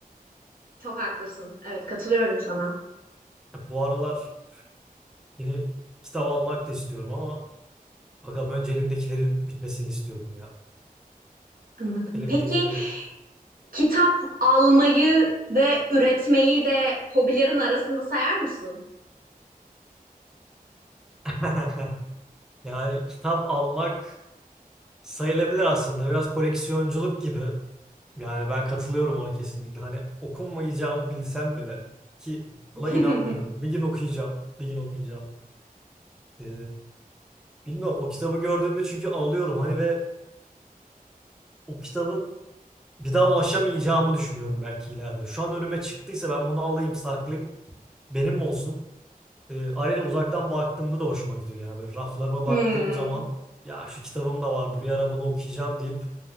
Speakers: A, on the right; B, in the centre.
A: çok haklısın. Evet, katılıyorum sana.
B: Bu aralar yeni kitap almak da istiyorum ama bakalım önce elimdekilerin bitmesini istiyorum ya.
A: Anladım.
B: Elimdekileri.
A: Peki Kitap almayı ve üretmeyi de hobilerin arasında sayar mısın?
B: <laughs> Yani kitap almak sayılabilir aslında. Biraz koleksiyonculuk gibi. Yani ben katılıyorum ona kesinlikle. Hani okunmayacağımı bilsem bile ki buna
A: <laughs>
B: inanmıyorum. Bir gün okuyacağım. Bir gün okuyacağım. Ee, bilmiyorum o kitabı gördüğümde çünkü alıyorum hani ve o kitabın bir daha ulaşamayacağımı düşünüyorum belki ileride. Şu an önüme çıktıysa ben bunu alayım saklayayım benim olsun. E, ayrıca uzaktan baktığımda da hoşuma gidiyor. Yani böyle raflarıma
A: Hmm.
B: baktığım zaman ya şu kitabım da vardı bir ara bunu okuyacağım deyip